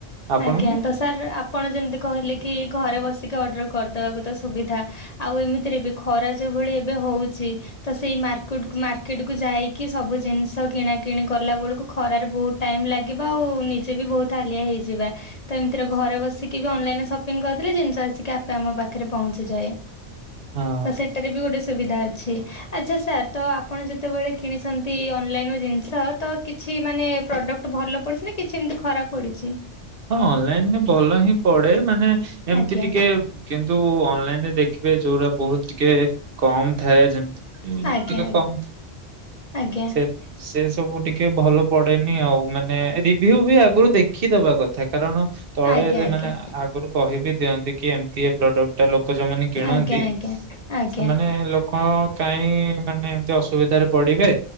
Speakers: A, on the right; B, on the left.
A: ଆପଣଙ୍କୁ?
B: ଆଜ୍ଞା ତ ସାର୍ ଆପଣ ଯେମିତି କହିଲେ କି ଘରେ ବସିକି ଅର୍ଡର କରିଦବାକୁ ତ ସୁବିଧା ଆଉ ଏମିତିରେ ବି ଖରା ଯୋଉ ଭଳି ଏବେ ହଉଛି ତ ସେଇ ମାର୍କୁଟ ମାର୍କେଟ କୁ ଯାଇକି ସବୁ ଜିନିଷ କିଣା କିିଣି କଲା ବେଳକୁ ଖରାରେ ବହୁତ ଟାଇମ ଲାଗିବ ଆଉ ନିଜେ ବି ବହୁତ ହାଲିଆ ହେଇଯି ଯିବା ତ ଏମିତିରେ ଘରେ ବସିକି ବି ଅନଲାଇନରେ ସପିଂଙ୍ଗ କରିଦେଲେ ଜିନିଷ ଆସିକି ଆପେ ଆମ ପାଖରେ ପହଞ୍ଚିଯାଏ।
A: ହଁ
B: ତ ସେଇଟାରେ ବି ଗୋଟେ ସୁବିଧା। ଛି ଆଚ୍ଛା ସାର୍ ତ ଆପଣ ଯେତେବେଳେ କିଣିଛନ୍ତି ଅନଲାଇନ ରୁ ଜିନିଷ ତ କିଛି ମାନେ ପ୍ରଡକ୍ଟ ଭଲ ପଡିଛି ନା? କିଛି ଏମିତି ଖରାପ ପଡିଛି।
A: ହଁ ଅନଲାଇନରେ ଭଲ ହିଁ ପଡେ ମାନେ ଏମତି
B: ଆଜ୍ଞା।
A: ଟିକେ ତୁ ଅନଲାଇନରେ ଦେଖ ଦେଖିବେ ଯୋଉଟା ବହୁତ ଟିକେ କମ ଥାଏ ଯେମତି
B: ଆଜ୍ଞା
A: ଟିକେ କମ
B: ଆଜ୍ଞା
A: ସେ ସେ ସବୁ ଟିକେ ଭଲ ପଡେନି ଆଉ ମାନେ ରିଭ୍ୟୁ ବି ଆଗରୁ ଦେଖିଦବା କଥା। ତା କାରଣ ତଳେ
B: ଆଜ୍ଞା
A: ସେମାନେ ଆଗରୁ କହିବି। ଦିଅନ୍ତି କି ଏମିତି ଏ ପ୍ରଡକ୍ଟଟା ଲ ତ ଯୋଉମାନେ କିଣନ୍ତି
B: ଆଜ୍ଞା ଆଜ୍ଞା ଆଜ୍ଞା
A: ସେମାନେ ଲୋକ କାହିଁ ମାନେ ଏମତି ଅସୁବିଧାରେ ପଡିବେ।